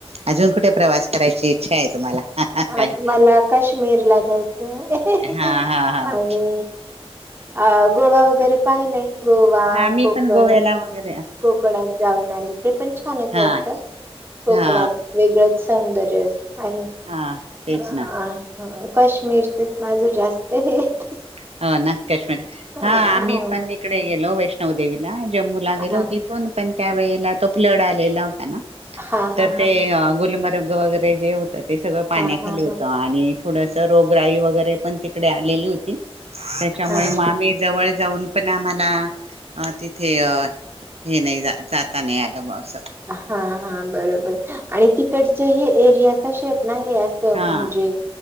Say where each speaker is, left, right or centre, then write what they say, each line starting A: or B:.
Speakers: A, on the right; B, on the right.
A: अजून कुठे प्रवास करायची इच्छा आहे तुम्हाला? काही
B: अ मला कश्मीर ला जायचंय
A: हा हा हा
B: आणि अ गोवा वगैरे पाहिलंय. गोवा
A: हा मी
B: कोकण
A: पण गोव्याला वगैर
B: कोकणात जाऊन आले. ते पण छानच
A: हा
B: वाटतं कोकणांत
A: हा
B: वेगळंच सौंदर्य. आहे
A: हा तेच
B: आ
A: ना
B: हं कश्मीरचच माझं जास्त <inaudible>
A: हो ना काश्मीर
B: हा
A: हां, आम्ही
B: हा
A: पण इकडे गेलो वैष्णो णो देवीला. जम्मू ला गेलो
B: हा
A: तिथून पण त्या वेळेला तो प्लड आलेला होता ना.
B: हा हा
A: तर ते गुलमर्ग ग वगैरे जे होतात. ते सगळं पाण्याखाली
B: हा हा
A: होतं आणि थोडसं रोगराई वगैरे पण तिकडे आलेली होती. त्यांच्यामुळे
B: हा
A: म आम्ही जवळ जाऊन पण आम्हा हां अ तिथे अ हे नाही जाता नाही आलं बॉ अस.
B: हा हा बरोबर आणि तिकडचे हे एरिया कशी आहे. नाही असं
A: हा
B: म्हणजे-